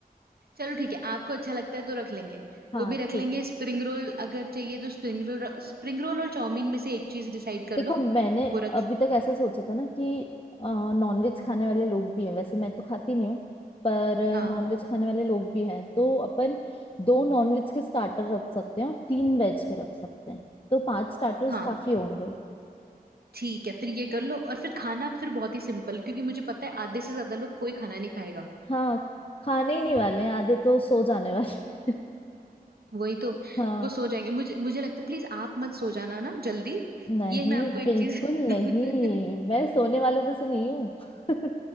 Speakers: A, on the right; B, on the left.
A: चलो ठीक है आपको अच्छा लगता है तो रख लेंगे
B: हाँ
A: वो भी रख
B: ठीक
A: लेंगे
B: है
A: स्प्रिंग रोल अगर चाहिए तो स्प्रिंग रोल स्प्रिंग रोल और चाउमीन में से एक चीज डिसाइड कर
B: देखो
A: लो
B: मैंने
A: वो रख
B: अभी तक ऐसा सोचा था ना कि नॉनवेज खाने वाले लोग भी हैं वैसे मैं तो खाती नहीं हूँ पर
A: हाँ
B: नॉनवेज खाने वाले लोग भी हैं तो अपन दो नॉनवेज के स्टार्टर रख सकते हैं और तीन वेज के रख सकते हैं तो पांच स्टार्टर्स
A: हाँ
B: काफी होंगे
A: ठीक है फिर ये कर लो और फिर खाना फिर बहुत ही सिंपल क्योंकि मुझे पता है आधे से ज्यादा लोग कोई खाना नहीं खाएगा
B: हाँ खाने ही नहीं वाले हैं आधे तो सो जाने वाले हैं।
A: वही तो
B: <laughs> हाँ
A: वो सो जाएंगे मुझे मुझे लगता है प्लीज आप मत सो जाना ना जल्दी
B: नहीं
A: ये मैं आपको एक
B: बिल्कुल
A: चीज
B: नहीं
A: <laughs>
B: मैं सोने वालों में से नहीं हूँ <laughs>